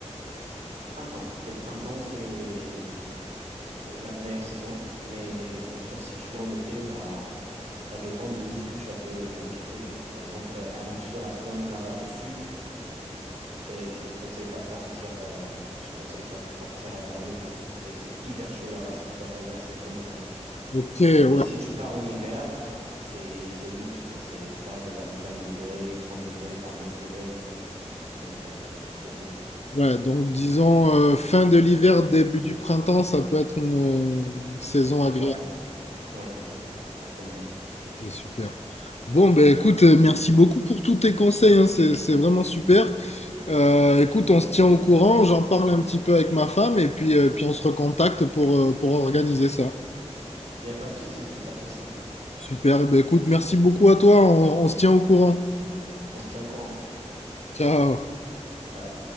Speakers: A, on the right; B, on the left.
A: Printemps. Le printemps, c'est euh, la meilleure saison. Mais bien sûr, si tu viens en été, bah, ça dépend de où ce que tu vas te retrouver. Par exemple, euh, à Luxor, à Swan, là, au sud, c'est, je te conseille pas de partir, euh, je te conseille pas de partir euh, en été. C'est, c'est hyper chaud là-bas, ça peut arriver à 50 degrés.
B: Ok,
A: Mais
B: ouais.
A: si tu pars en hiver, c'est, c'est luxe, quoi. C'est, tu parles de 25 degrés, 30 degrés, tu as un beau soleil, donc tu as ce qu'il te faut, quoi.
B: Ouais, donc disons euh, fin de l'hiver, début du printemps, ça peut être une, euh, une saison agréable.
A: Ouais, ouais, ouais, ouais, certainement.
B: Ok, super. Bon, ben écoute, euh, merci beaucoup pour tous tes conseils, hein, c'est, c'est vraiment super. Euh, écoute, on se tient au courant, j'en parle un petit peu avec ma femme et puis, euh, puis on se recontacte pour, euh, pour organiser ça.
A: Il n'y a pas de souci, il n'y a pas de souci.
B: Super, Eh ben écoute, merci beaucoup à toi, on on se tient au courant.
A: On se tient au courant.
B: Ciao.
A: Ciao.